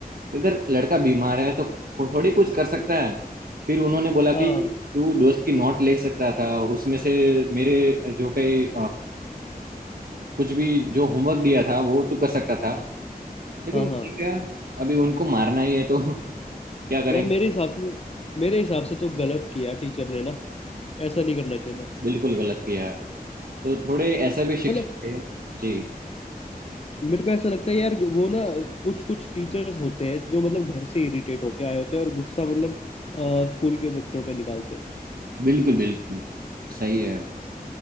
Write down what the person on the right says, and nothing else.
अगर लड़का बीमार है तो खो- थोड़ी कुछ कर सकता है फिर उन्होंने बोला कि
तू दोस्त की नोट ले सकता था उसमें से मेरे जो कई कुछ भी जो होमवर्क दिया था वो तो कर सकता था लेकिन
ठीक
है अभी उनको मारना ही है तो <laughs> क्या करेंगे
बिल्कुल गलत किया है तो थोड़े ऐसा भी शिक्षक
है जी
बिल्कुल बिल्कुल सही है